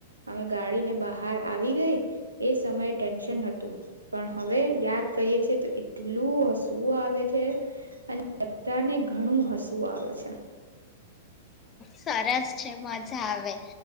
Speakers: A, on the right (about 85°); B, on the left (about 25°).
A: અમે ગાડીને બહાર આવી ગઈ એ સમયે ટેન્શન હતું પણ હવે યાદ કરીએ છે એટલું હસવું આવે છે અને બધાને ઘણું હસવું આવે છે.
B: સરસ છે મજા આવે